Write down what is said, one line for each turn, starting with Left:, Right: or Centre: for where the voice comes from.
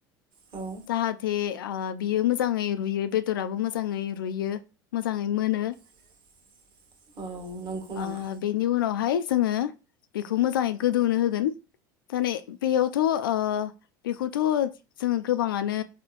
Right: औ
Left: जाहाथे ओ बियो मोजाङै रुयो बेदराबो मोजाङै रुयो मोजाङै मोनो।
Right: <inaudible> औ नंगौ नामा
Left: ओ बेनि उनावहाय जोङो बेखौ मोजाङै गोदौनो होगोन माने बेयावथ' ओ बेखौथ' जोङो गोबाङानो